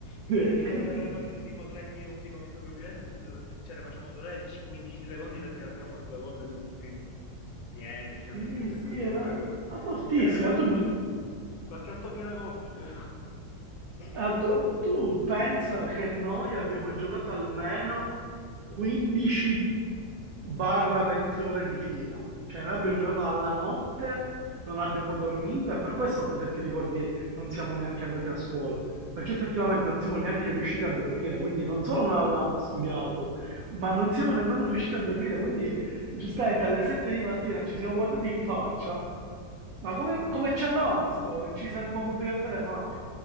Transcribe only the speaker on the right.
Sì,
<laughs>
sì,
sì,
era
ma fortissima.
Tu,
Ah, tu, tu pensa che noi abbiamo giocato almeno 15 barra 20 ore di fila. Cioè, noi abbiamo giocato alla notte, non abbiamo dormito e per questo poi, se ti ricordi, non siamo neanche andati a scuola. Perché effettivamente non siamo neanche riusciti a dormire, quindi non solo non avevamo studiato, ma non siamo nemmeno riusciti a dormire. Quindi, giustamente, alle 7 di mattina ci siamo guardati in faccia. Ma come, come ci andavamo a scuola? Non ci saremmo potuti andare mai.